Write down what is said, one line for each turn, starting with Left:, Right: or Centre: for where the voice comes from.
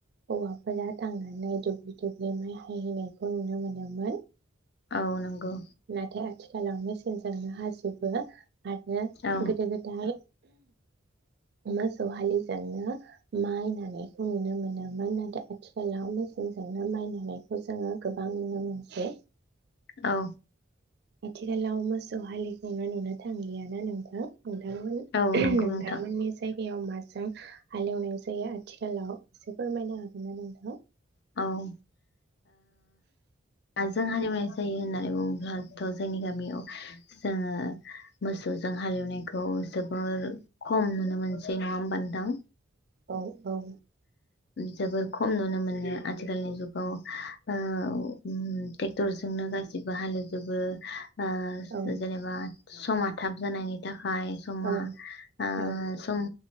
Right: हौवाफोरा थांनानै दुब्लि दुब्लि माइ हायहैनायखौ नुनो मोनोमोन।
Left: औ नंगौ।
Right: नाथाय आथिखालाव मेसिनजोंनो हाजोबो। आरो
Left: औ
Right: गोदो गोदाय मोसौ हालिजोंनो माइ नानायखौ नुनो मोनोमोन नाथाय आथिखालाव मो जोंजोंनो माइनायखौ जोङो गोबां नुनो मोनो <unintelligible>
Left: औ
Right: आथिखालाव मोसौ हालिखौनो नुनो थांलियाना नोंथां नोंथांमोन
Left: औ नंगौ
Right: नोंथांमोननि
Left: नोंथां
Right: जायगायाव माजों हालेवनाय जायो आथिखालाव एसे फोरमायना हागोनना नोंथां?
Left: औ ओ माजों हालेवनाय जायो होननानै बुङोब्लाथ' जोंनि गामियाव जोङो मोसौजों हालेवनायखौ जोबोर खम नुनो मोनसै नङा होमबा नोंथां?
Right: औ औ
Left: जोबोर खम नुनो मोनो। आथिखालनि जुगाव ओ उम्म ट्रेक्टरजोंनो गासिबो हालेवजोबो ओ
Right: औ
Left: जेनेबा समा थाब जानायनि था हाय समा
Right: औ
Left: आ
Right: औ
Left: सम